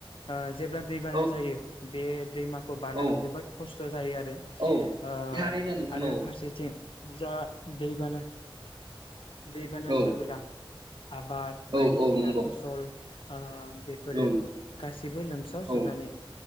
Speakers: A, on the left (about 70°); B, on the right (about 50°).
A: आ जेब्ला दैबाना
B: औ
A: जायो बे दैमा खौ बारलांनो
B: औ
A: जोबोद खस्थ' जायो आरो
B: औ
A: ओ
B: थारैनो नोंथां
A: आरो
B: औ
A: फारसेथिं <unintelligible> जा दैबाना दैबाना
B: औ
A: जाबोला आबाद बायदिसिना
B: औ औ नंगौ
A: फसल आ बेफोरो
B: औ
A: गासिबो लोमसाव
B: औ
A: जोबनानै